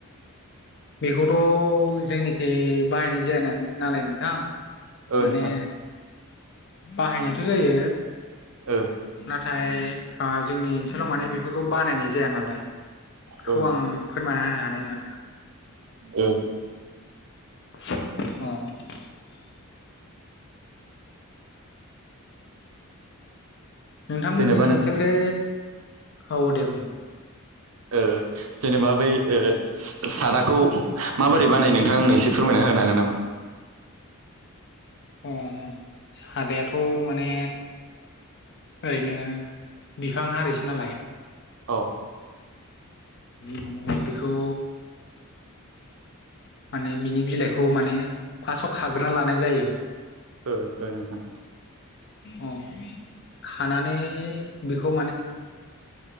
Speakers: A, on the left; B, on the right.
A: बेखौथ' जोंनिखि बाहायनाय जायानो नालाय नोंथां।
B: ओ
A: माने
B: नोंथां
A: बाहायनायथ' जायो।
B: ओ।
A: नाथाय ओ जोंनि ओनसोलाव माने बेफोरखौ बानायनाय जाया नालाय। बेखौ
B: औ
A: आं फोरमायना होनो हानाय नङा नोंथां।
B: औ।
A: औ। नोंथांमोननि
B: जेनेबा
A: ओनसोलखै
B: नोंथां
A: औ दे बुं।
B: ओ। जेनेबा बै ओ सादाखौ माबोरै बानाय नोंथां आं एसे फोरमायना होनो हागोन नामा?
A: ओ सादायाथ' माने। ओरैनो बिफां हारिसो नालाय।
B: औ।
A: माने बिखौ। माने बिनि बिलाइखौ माने फार्स्टआव खाग्रोना लानाय जायो।
B: ओ ओ नोंथां।
A: औ खानानै बेखौ।